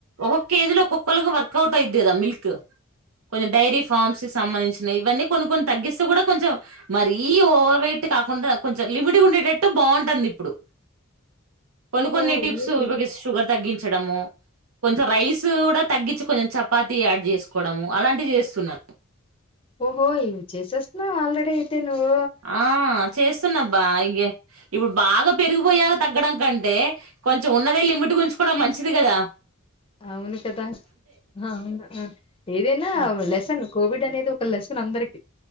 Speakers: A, on the right; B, on the left.
A: ఒక్క ఏజ్ లొ ఒక్కోలాకి వర్క్ అవ్ కయిద్ద గదా మిల్క్ కొంచెం డైరీ ఫామ్స్ సంబంధించినవి ఇవన్నీ కొన్ని కొన్ని తగ్గిస్తే కూడా కొంచెం మరీ ఓవర్వయిట్ టి కాకుండా కొంచెం లిమిట్గా ఉండేటట్టు బావుంటంది ఇప్పుడు. కొన్ని
B: ఓహో
A: కొన్ని టిప్స్
B: ఎన్ని
A: ఇవి షుగర్ తగ్గించడము. కొంచెం రైస్ కూడా తగ్గించి, కొంచెం చపాతి యాడ్ చేసుకోవడము అలాంటివి చేస్తున్నాను.
B: ఓహో ఇవి చేసేస్తాన్నావా ఆల్రెడీ నువ్వు
A: ఆ చేస్తున్నాబ్బా ఇగే ఇప్పుడు బాగా పెరిగిపోయాక తగ్గడం కంటే, కొంచెం ఉన్నదే లిమిట్ గుంచుకోవడం మంచిది గదా.
B: అవును కదా హా ఆవును అ ఏదైనా
A: ఆ!
B: లెసన్ కో కోవిడ్ అనేది ఒక లెసన్ అందరికి